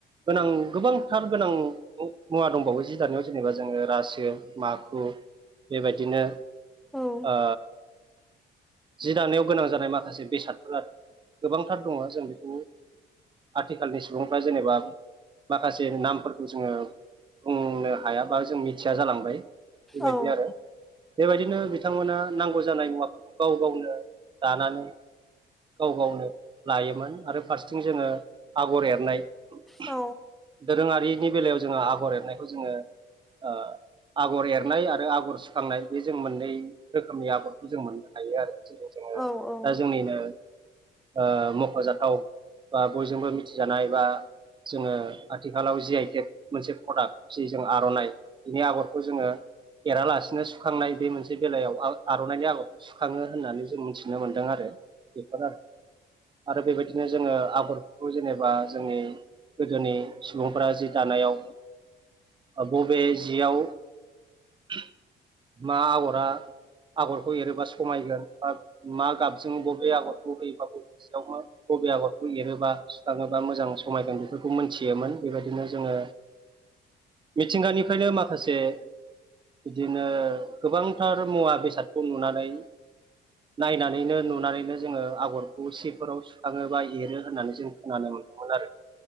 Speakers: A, on the right; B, in the centre.
A: गोनां गोबांथार गोनां मु-मुवा दंबावो जि दा दानायाव जेनेबा जोङो रासो माखु बेबायदिनो
B: औ
A: ओ जि दानायाव गोनां जानाय माखासे बेसाद <unintelligible> गोबांथार दङ जों बेखौ आथिखालनि सुबुंफ्रा जेनेबा माखासे नामफोरखौ जोङो बुंनो हायाबा जों मिथिया जालांबाय। बेबायदि
B: औ
A: आरो बेबायदिनो बिथांमोना नांगौ जानाय मुवाफोरखौ गाव गावनो दानानै गाव गावनो लायोमोन आरो फारस्थिं जोङो आगर एरनाय <inaudible>
B: औ
A: दोरोङारिनि बेलायाव जोङो आगर एरनायखौ जोङो ओ आगर एरनाय आरो आगर सुखांनाय बे जों मोननै रोखोमनि आगरखौ जों मोननो हायो आरो। जेरै जोङो
B: औ औ
A: दा जोंनिनो ओ मख'जाथाव बा बयजोंबो मिथिजानाय बा जोङो आथिखालाव जि आइ टेक मोनसे प्रडाक्ट जि जों आर'नाइ बिनि आगरखौ जोङो एरालासिनो सुखांनाय बे मोनसे बेलायाव आव-आर'नाइनि आगरखौ सुखाङो होननानै जों मिनथिनो मोन्दों आरो। बेफोर आरो आरो बेबादिनो जोङो आगरफोरखौ जेनेबा जोंनि गोदोनि सुबुंफ्रा जि दानायाव ओ बबे जियाव <inaudible> मा आगरा आगरखौ एरोबा समायगोन बा मा गाबजों बबे आगरखौ होयोबा बबे सियावनो मा बबे आगरखौ एरोबा सुखाङोबा मोजां समायगोन बेफोरखौ मोनथि योमोन। बेबादिनो जोङो मिथिंगानिफ्रायनो माखासे बिदिनो गोबांथार मुवा बेसादखौ नुनानै नायनानैनो नुनानै नो जोङो आगरखौ सिफोराव सुखाङो बा एरो होननानै जों खोनानो मोनदोंमोन आरो।